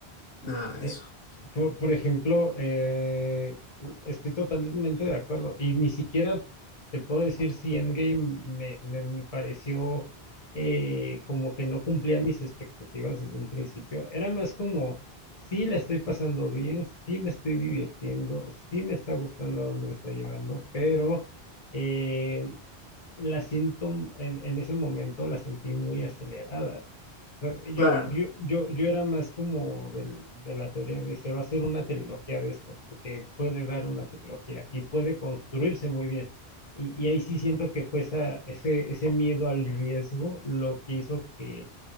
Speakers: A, on the left; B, on the left.
A: nada, eso.
B: Eh, Por, por ejemplo, eh, estoy totalmente de acuerdo. Y ni siquiera te puedo decir si Endgame me, me, me pareció eh, como que no cumplía mis expectativas desde un principio. Era más como, sí la estoy pasando bien, sí me estoy divirtiendo, sí me está gustando a dónde me está llevando, pero eh, la siento en, en ese momento la sentí muy acelerada sea, Yo,
A: Claro.
B: yo, yo, yo era más como del- de la teoría de se va a hacer una trilogía de esto, porque puede dar una trilogía y puede construirse muy bien. Y, y ahí sí siento que fue esa, ese, ese miedo al riesgo lo que hizo que